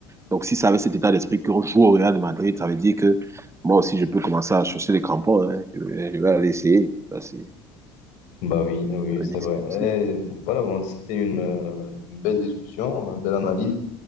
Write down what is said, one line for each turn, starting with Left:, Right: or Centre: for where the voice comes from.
Right: Donc, si ça avait cet état d'esprit qu'on joue au Real de Madrid, ça veut dire que moi aussi, je peux commencer à chercher les crampons. hein. Je, vais, je vais aller essayer. Ça, c'est-
Left: Bah oui, oui,
Right: ça veut
Left: c'est
Right: dire
Left: vrai.
Right: que c'est possible.
Left: Et voilà, bon, c'était une euh, belle discussion, une belle analyse.